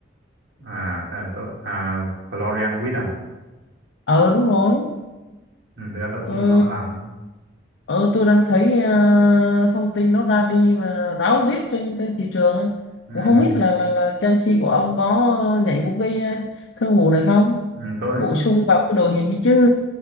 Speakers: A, on the right (about 70°); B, on the left (about 70°).
A: à thế là tôi à Florian Wirtz à
B: ờ đúng rồi
A: ừ, thực ra tôi không
B: tôi
A: rõ lắm
B: ờ tôi đang thấy ờ, thông tin nó ra đi mà ráo riết trên trên thị trường
A: ừ,
B: cũng không biết là là là Chelsea của ông có nhảy một cái ờ, thương vụ này không
A: <laughs> ừ, tôi
B: bổ sung vào cái đội hình đi chứ